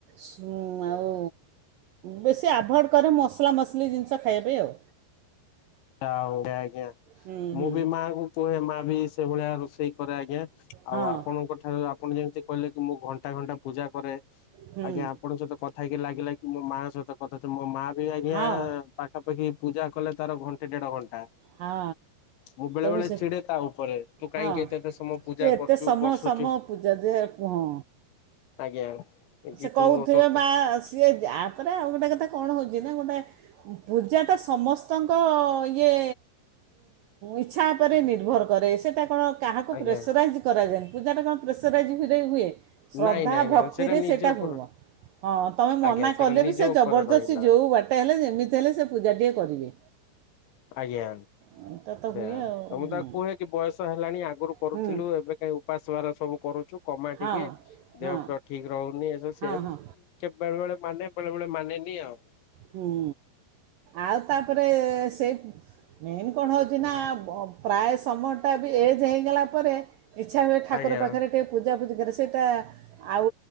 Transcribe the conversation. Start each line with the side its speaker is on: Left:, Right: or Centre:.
Right: ସୁଂ ଆଉ ବେଶୀ ଆଭୁଏଡ କରି ମସଲା ମସଲି ଜିନିଷ ଖାଇବା ପାଇଁ ଆଉ
Left: <unintelligible> ଆଜ୍ଞା
Right: ହୁଁ ହୁଁ
Left: ମୁଁ ବି ମାଙ୍କୁୁ କୁହେ ମା ବିଶ ସେଇ ଭଳିଆ ରୋଷେଇ କରେ ଆଙ୍ଗ୳୲ ଆଉ
Right: ହଁ
Left: ଆପଣଙ୍କ ଠାରୁ ଆ ଆପଣ ଯେମିତି କହିଲେ କି ମୁଁ ଘଣ୍ଟା ଘଣ୍ଟା ପୂଜା କରେ
Right: ହୁଁ
Left: ଆଜ୍ଞା ଆପଣଙ୍କ ସହିତ କଥା ହେଇକି ଲାଗିଲା କି ମୋ ମାଆ ସହିତ କଥା ମୋ ମା ସିଏ ଆଜ୍ଞା
Right: ହଁ
Left: ପାଠ <unintelligible> ପୂଜା କଲେ ତାର ଘ ଦେଢ଼ ଘଣ୍ଟା
Right: ହଁ
Left: ମୁଁ ବେଳେ
Right: ତମ
Left: ବେଳେ
Right: ସେ
Left: ଚିଡେ ତା ଉପରେ ତୁ କାହିଁକି
Right: ହଁ
Left: ଏତେ ଏତେ ସମୟ ପୂଜା
Right: ତୁ ଏତେ
Left: କରୁଚୁ
Right: ସମୟ
Left: ବସୁଚୁ
Right: ସମୟ ପୂଜା ଯେ ହଁ
Left: ଆଜ୍ଞା କି
Right: ସେ କହୁଥିବେ
Left: ତୁ ତୋର ତ
Right: ମା ସିଏ ଯା ଆପରେ ଆଉ ଗୋଟେ କଥା କଣ ହଉଛି ନା ଗୋଟେ ପୂଜାଟା ସମସ୍ତଙ୍କ ଇଏ ଇଚ୍ଛା ଉପରେ ନିର୍ଭର କରେ ସେଟା କଣ କାହାକୁ
Left: ଆଜ୍ଞା
Right: ପ୍ରେସରାଇଜ୍ କରାଯାଏ ପୂଜାଟା କଣ ପ୍ରେସରାଇଜରେ ହୁଏ ଶ୍ରଦ୍ଧା
Left: ନାଇଁ ନାଇଁ ନାଇଁ
Right: ଭକ୍ତିରେ
Left: ନିଜ
Right: ସେଇଟା
Left: ଉପର
Right: ହବ ହଁ ତମେ ମନା
Left: ଆଜ୍ଞା ସେଇଟା
Right: କଲେ
Left: ନିଜ
Right: ବି ସେ
Left: ଉପରେ
Right: ଜବରଦସ୍ତି
Left: ରହିଲା
Right: ଯେଉଁ ବାଟେ ହେଲେ ଯେମିତି ହେଲେ ସେ ପୂଜାଟିଏ କରିବେ।
Left: ଆଜ୍ଞା
Right: ଏଇଟା ତ
Left: ସେୟାପା
Right: ହୁଏ ଆଉ
Left: ମୁଁ
Right: ହୁଁ
Left: ତା କୁହେ କି ବୟସ ହେଲାଣି ଆଗରୁ କରୁଥିଲୁ
Right: ହୁଁ
Left: ଏବେ କାହି ଉପାସ ସବୁ କରୁଚୁ। କମା
Right: ହଁ
Left: ଟିକେ ଦେହ
Right: ହଁ
Left: ପେହ ଠିକ ରହୁନି ଏସବୁ ସେବି
Right: ହଁ ହଁ
Left: କେବେଳେ ବେଳେ ମାନେ ବେଳେ ବେଳେ ମାନେନି ଆଉ
Right: ହୁଁ ଆଉ ତାପରେ ସେ ମେନ କଣ ହଉଚି ନା ପ୍ରାୟ ସମୟଟା ବି ଏଜ୍ ହେଇଗଲା ପରେ ଇଚ୍ଛା ହୁଏ ଠାକୁର
Left: ଆଜ୍ଞା
Right: ପାଖରେ ଟିକେ ପୂଜା ପୁଜି ଆରେ ସେଇଟା ଆଉ